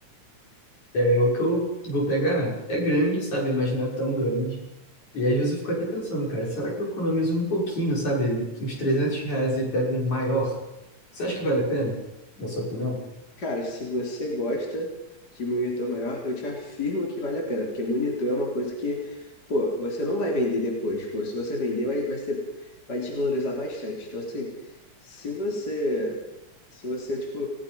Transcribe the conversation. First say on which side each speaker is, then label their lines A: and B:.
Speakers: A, on the left; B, on the left.
A: É, o que eu vou pegar é grande, sabe? Mas não é tão grande. E às vezes eu fico até pensando, cara, será que eu economizo um pouquinho, sabe? Uns 300 reais e pego um maior? Você acha que vale a pena, na sua opinião?
B: Cara, se você gosta de monitor maior, eu te afirmo que vale a pena, porque monitor é uma coisa que, pô, você não vai vender depois, pô, se você vender vai, vai ser, vai desvalorizar bastante. Então, assim, se você Se você, tipo,